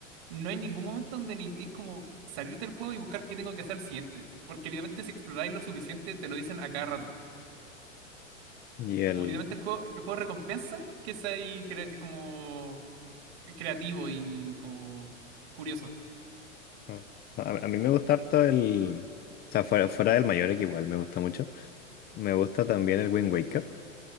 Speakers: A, on the right; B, on the left.
A: no hay ningún momento donde necesitéis como salirte del juego y buscar qué tengo que hacer al siguiente. Porque literalmente si exploráis lo suficiente, te lo dicen a cada rato.
B: Y el...
A: Como literalmente el juego, el juego recompensa que seáis cre- como creativo y como curioso.
B: ah, A, a mí me gusta harto el... O sea, fuera, fuera del Mayor que igual me gusta mucho. Me gusta también el Wind Waker.